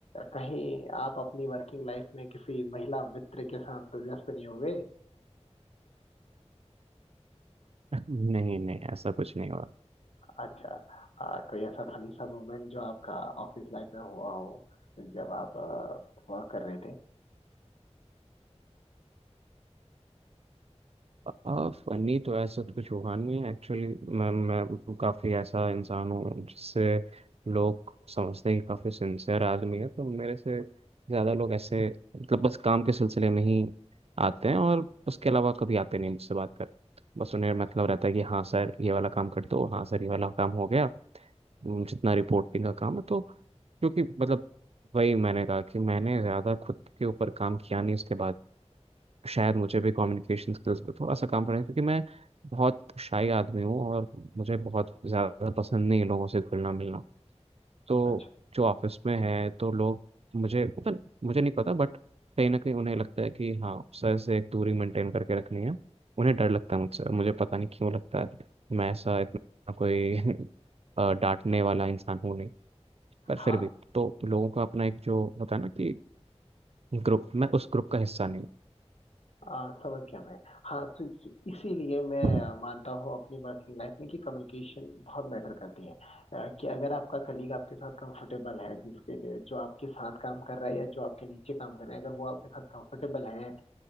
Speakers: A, on the left (about 65°); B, on the right (about 60°).
A: कहीं आप अपनी वर्किंग लाइफ में किसी महिला मित्र के साथ तो व्यस्त नहीं हो गए
B: <laughs> नहीं नहीं ऐसा कुछ नहीं हुआ
A: अच्छा आ, कोई ऐसा फनी सा मोमेंट जो आपका ऑफिस लाइफ में हुआ हो जब आप वर्क कर रहे थे
B: आ, फनी तो ऐसा तो कुछ हुआ नहीं है एक्चुअली मैं मैं काफ़ी ऐसा इंसान हूँ जिससे लोग समझते हैं कि काफ़ी सिंसियर आदमी है तो मेरे से ज़्यादा लोग ऐसे मतलब बस काम के सिलसिले में ही आते हैं और उसके अलावा कभी आते नहीं मुझसे बात कर बस उन्हें
A: अच्छा
B: मतलब रहता है कि हाँ सर ये वाला काम कर दो हाँ सर ये वाला काम हो गया उम, जितना रिपोर्टिंग का काम है तो क्योंकि मतलब वही मैंने कहा कि मैंने ज़्यादा खुद के ऊपर काम किया नहीं उसके बाद शायद मुझे भी कम्युनिकेशन स्किल्स पे थोड़ा सा काम करना है क्योंकि मैं बहुत शाई आदमी हूँ और मुझे बहुत ज़्यादा पसंद नहीं है लोगों से घुलना मिलना तो
A: अच्छा
B: जो ऑफिस में है तो लोग मुझे मतलब मुझे नहीं पता बट कहीं ना कहीं उन्हें लगता है कि हाँ सर से एक दूरी मेंटेन करके रखनी है उन्हें डर लगता है मुझसे और मुझे पता नहीं क्यों लगता है मैं ऐसा इतना कोई <laughs> अ, डांटने वाला इंसान हूँ नहीं पर फिर
A: हाँ
B: भी तो लोगों का अपना एक जो होता है ना कि ग्रुप मैं उस ग्रुप का हिस्सा नहीं
A: आ, समझ गया मैं हाँ तो इ- इसीलिए मैं
B: हूँ
A: मानता हूँ अपनी वर्किंग लाइफ में कि कम्युनिकेशन बहुत मैटर करती है आ, कि अगर आपका कलीग आपके साथ कंफर्टेबल है जिसके लिए जो आपके साथ काम कर रहा है या जो आपके नीचे काम कर रहे हैं अगर वो आपके साथ कंफर्टेबल है आ,